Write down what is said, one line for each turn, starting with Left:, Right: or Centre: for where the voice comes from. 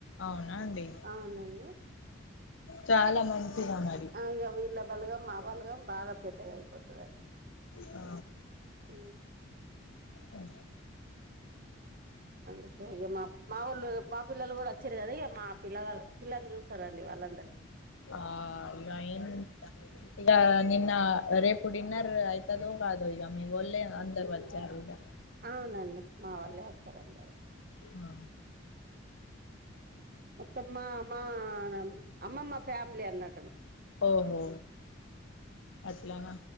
Left: అవునా అండి
Right: అవునండి
Left: చాలా మంచిగా <unintelligible>
Right: ఆ ఇగ వీళ్ళ బలగం మా బలగం బాగా పెద్దగా అయిపోతదండి
Left: ఆ
Right: ఉ
Left: ఓక
Right: అందుకే ఇక మా మా వాళ్ళు మా పిల్లలు కూడా వచ్చిరు కదా ఇక మా పిల్లగాల్లు పిల్లని చూస్తారండి వాళ్ళ
Left: ఆ ఇగ ఏం <unintelligible> ఇగా నిన్న రేపు డిన్నర్ అయితదో కాదో ఇక మీవోళ్లే అందరు వచ్చారు ఇగా
Right: అవునండి మా వాళ్ళే వస్తారు అందరూ
Left: అ
Right: మొత్తం మా మా అమ్మమ్మ ఫ్యామిలీ అన్నట
Left: ఓహో అట్లానా